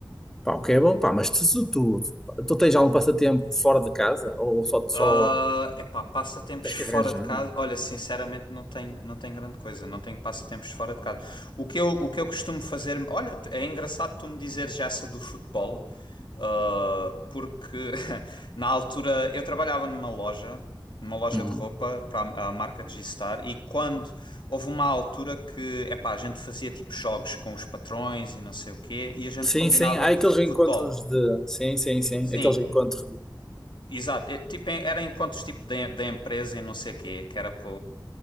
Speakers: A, in the centre; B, on the left (about 75°).
A: Pá, o que é bom, pá, mas tu, tu, tu, tu tens algum passatempo fora de casa ou só, só
B: Ah, epá, passatempos
A: tens
B: fora
A: que arranjar,
B: de casa.
A: meu?
B: Olha, sinceramente não tenho, não tenho grande coisa, não tenho passatempos fora de casa. O que eu, o que eu costumo fazer, olha, é engraçado tu me dizeres essa do futebol. Uh, porque <laughs> na altura eu trabalhava numa loja, numa loja
A: Hum.
B: de roupa para a a marca G-Star, e quando houve uma altura que epá, a gente fazia tipo jogos com os patrões e não sei o quê, e a gente
A: Sim,
B: combinava
A: sim, há aqueles
B: futebol.
A: encontros de. Sim, sim, sim,
B: Sim.
A: aqueles encontros de.
B: Exato, é, tipo, em- era encontros tipo da da empresa e não sei o quê, que era para